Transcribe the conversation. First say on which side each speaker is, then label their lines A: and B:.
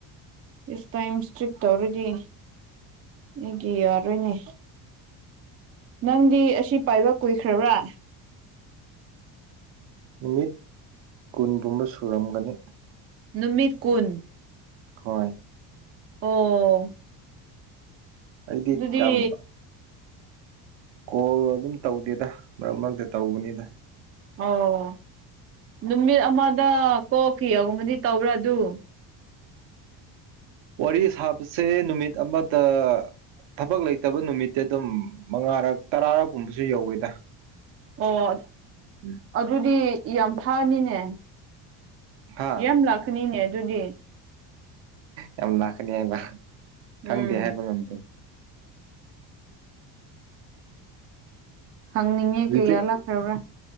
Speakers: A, on the right; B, on the right.
A: ꯏꯁ ꯇꯥꯏꯝ ꯏꯁꯇ꯭ꯔꯤꯛ ꯇꯧꯔꯥꯗꯤ ꯑꯩꯒꯤ ꯌꯥꯔꯣꯏꯅꯦ ꯅꯪꯗꯤ ꯑꯁꯤ ꯄꯥꯏꯕ ꯀꯨꯏꯈ꯭ꯔꯕ꯭ꯔꯥ
B: ꯅꯨꯃꯤꯠ ꯀꯨꯟꯒꯨꯝꯕ ꯁꯨꯔꯝꯒꯅꯤ
A: ꯅꯨꯃꯤꯠ ꯀꯨꯟ
B: ꯍꯣꯏ
A: ꯑꯣ
B: ꯑꯩꯗꯤ
A: ꯑꯗꯨꯗꯤ
B: ꯀꯌꯥꯝ ꯀꯣꯜ ꯑꯗꯨꯝ ꯇꯧꯗꯦꯗ ꯃꯔꯛ ꯃꯔꯛꯇ ꯇꯧꯕꯅꯤꯗ
A: ꯑꯣ ꯅꯨꯃꯤꯠ ꯑꯃꯗ ꯀꯣꯜ ꯀꯌꯥꯒꯨꯝꯕꯗꯤ ꯇꯧꯕ꯭ꯔꯥ ꯑꯗꯨ
B: ꯋꯥꯔꯤ ꯁꯥꯕꯁꯦ ꯅꯨꯃꯤꯠ ꯑꯃꯗ ꯊꯕꯛ ꯂꯩꯇꯕ ꯅꯨꯃꯤꯠꯇꯤ ꯑꯗꯨꯝ ꯃꯉꯥꯔꯛ ꯇꯔꯥꯔꯛꯀꯨꯝꯕꯁꯨ ꯌꯧꯋꯦꯗ
A: ꯑꯣ
B: ꯎꯝ
A: ꯑꯗꯨꯗꯤ ꯌꯥꯝ ꯐꯅꯤꯅꯦ
B: ꯍꯥ
A: ꯌꯥꯝ ꯂꯥꯛꯀꯅꯤꯅꯦ ꯑꯗꯨꯗꯤ
B: ꯌꯥꯝ ꯂꯥꯛꯀꯅꯤ ꯍꯥꯏꯕ ꯈꯪꯗꯦ
A: ꯎꯝ
B: ꯍꯥꯏꯕ ꯉꯝꯗꯦ
A: ꯍꯪꯅꯤꯡꯉꯦ
B: ꯔꯤꯖꯦꯛ
A: ꯀꯩꯌꯥ ꯂꯥꯛꯈ꯭ꯔꯕ꯭ꯔꯥ